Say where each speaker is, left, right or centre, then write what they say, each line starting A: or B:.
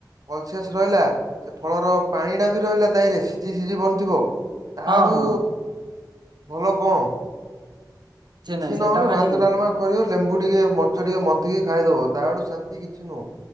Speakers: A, on the right; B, on the right.
A: କଲସିଅସ ରହିଲା ସେ ଫଳର ପାଣି ଟା ବି ରହିଲା ତାହିଁରେ ସିଝି ସିଝି ବନଥିବ ତା
B: ହଁ
A: ଆଡୁ
B: ହଁ
A: ଭଲ କଣ କିଛି
B: ନାହିଁ ସେଇଟା
A: ନହେଲେ
B: ଭାଇ
A: ଭାତ ଡାଲମା କରିବ, ଲେମ୍ବୁ ଟିକେ ମରିଚ ଟିକେ ମନ୍ଥିକି ଖାଇଦବ ତା ଆଡୁ ସେ ତି କିଛି ନୁହଁ।